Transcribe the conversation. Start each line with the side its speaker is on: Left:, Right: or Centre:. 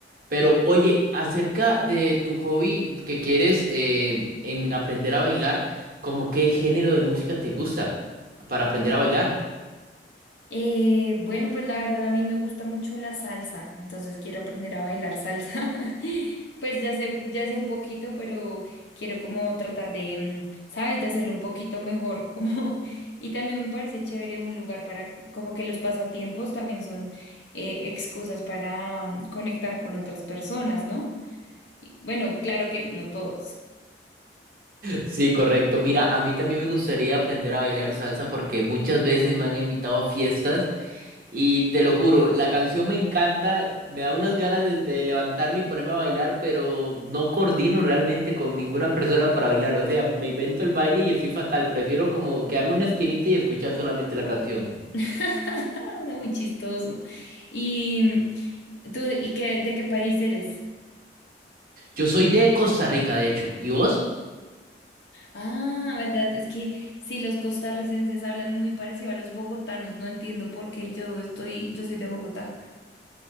Right: Pero oye, acerca de tu hobby que quieres eh, en aprender a bailar, ¿cómo qué género de música te gusta para aprender a bailar? <laughs>
Left: Eh, bueno, pues la verdad a mí me gusta mucho la salsa, entonces quiero aprender a bailar salsa. <laughs> Pues ya sé, ya sé un poquito, pero quiero como tratar de, mm, ¿sabes? De hacerlo un poquito mejor, como... <laughs> Y también me parece chévere un lugar para, como que los pasatiempos también son eh, excusas para mm, conectar con otras personas, ¿no? Y, bueno, claro que no todos.
Right: Sí, correcto. Mira, a mí también me gustaría aprender a bailar salsa porque muchas veces me han invitado a fiestas Y te lo juro, la canción me encanta, me da unas ganas de, de levantarme y ponerme a bailar, pero no coordino realmente con ninguna persona para bailar. O sea, me invento el baile y estoy fatal. Prefiero como quedarme en una esquinita y escuchar solamente la canción.
Left: <laughs> Una muy chistoso. ¿Y tú, y qué, de qué país eres?
Right: Yo soy de Costa Rica, de hecho. ¿Y vos?
Left: Ah, verdad, es que sí, los costarricenses hablan muy parecido a los bogotanos, no entiendo por qué yo estoy, yo soy de Bogotá.